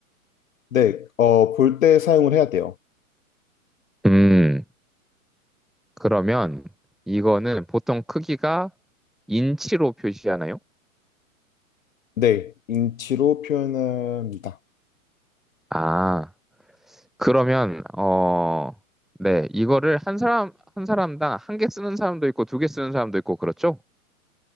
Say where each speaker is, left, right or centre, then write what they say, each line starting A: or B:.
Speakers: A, on the left; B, in the centre.
A: 네. 어, 볼 때 사용을 해야 돼요.
B: 음, 그러면 이거는 보통 크기가 인치로 표시하나요?
A: 네. 인치로 표현합니다.
B: 아, 그러면, 어, 네, 이거를 한 사람, 한 사람당 한 개 쓰는 사람도 있고 두 개 쓰는 사람도 있고 그렇죠?